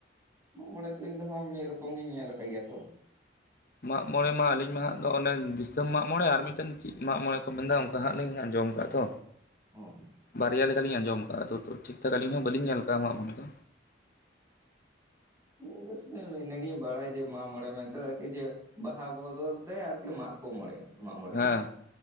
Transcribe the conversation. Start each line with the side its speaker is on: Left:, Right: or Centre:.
Right: ᱢᱟᱜ ᱢᱚᱬᱮ ᱫᱚ ᱤᱧ ᱫᱚ ᱦᱟᱸᱜ ᱢᱤᱜ ᱨᱚᱠᱚᱢ ᱜᱤᱧ ᱧᱮᱞ ᱠᱟᱜ ᱜᱮᱭᱟ ᱛᱚ᱾
Left: ᱢᱟᱜ ᱢᱚᱬᱮ ᱢᱟ ᱟᱹᱞᱤᱧ ᱢᱟ ᱦᱟᱸᱜ ᱫᱚ ᱚᱱᱮ ᱫᱤᱥᱚᱢ ᱢᱟᱜᱽ ᱢᱚᱬᱮ ᱟᱨ ᱢᱤᱴᱮᱱ ᱪᱤᱜ ᱢᱟᱜ ᱢᱚᱬᱮ ᱠᱚ ᱢᱮᱱ ᱮᱫᱟ ᱠᱟ ᱦᱟᱸᱜ ᱞᱤᱧ ᱟᱸᱡᱚᱢ ᱠᱟᱜ ᱛᱚ᱾
Right: ᱦᱮᱸ
Left: ᱵᱟᱨᱭᱟ ᱞᱮᱠᱟᱞᱤᱧ ᱟᱸᱡᱚᱢ ᱠᱟᱜᱼᱟ, ᱛᱚ ᱛᱚ ᱴᱷᱤᱠ ᱴᱷᱟᱠ ᱟᱹᱞᱤᱧ ᱦᱚᱸ ᱵᱟᱹᱞᱤᱧ ᱧᱮᱞ ᱠᱟᱜᱼᱟ ᱢᱟᱜ ᱢᱚᱬᱮ ᱫᱚ᱾
Right: ᱤᱧ ᱫᱚ ᱥᱩᱫᱩ ᱤᱱᱟᱹᱜᱤᱧ ᱵᱟᱲᱟᱭᱟ ᱡᱮ ᱢᱟᱜ ᱢᱚᱬᱮ ᱢᱮᱱᱛᱮ ᱡᱮ ᱵᱟᱦᱟ ᱵᱚᱫᱚᱞ ᱛᱮ ᱟᱨᱠᱤ ᱢᱟᱜ ᱠᱚ ᱢᱚᱬᱮᱜᱼᱟ ᱢᱟᱜ ᱢᱚᱬᱮ ᱦᱩᱭᱩᱜᱼᱟ᱾
Left: ᱦᱮᱸ